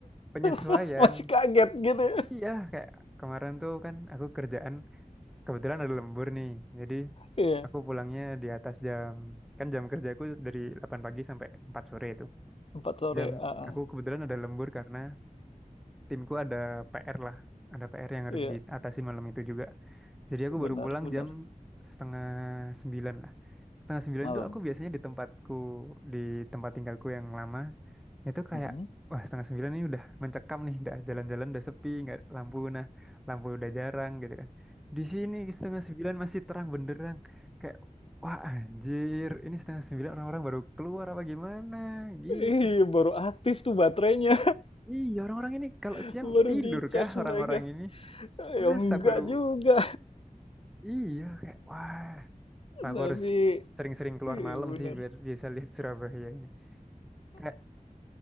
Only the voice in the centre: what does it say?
penyesuaian
iya kayak kemarin tuh kan aku kerjaan kebetulan ada lembur nih jadi
aku pulangnya di atas jam kan jam kerjaku dari 8 pagi sampai 4 sore itu
jam
aku kebetulan ada lembur karena timku ada PR lah ada PR yang harus
diatasin malam itu juga jadi aku
baru pulang
jam setengah sembilan lah setengah sembilan
itu aku biasanya di tempatku di tempat tinggalku yang lama itu kayak
wah setengah sembilan ini udah mencekam nih udah jalan-jalan udah sepi nggak lampu nah lampu udah jarang gitu kan di sini setengah sembilan masih terang benderang kayak wah anjir ini setengah sembilan orang-orang baru keluar apa gimana gitu
iya orang-orang ini kalau
siang
tidur
kah orang-orang
ini
masa
baru
iya kayak wah
Nah, aku
harus sering-sering keluar
malam
sih biar bisa lihat Surabaya ini kayak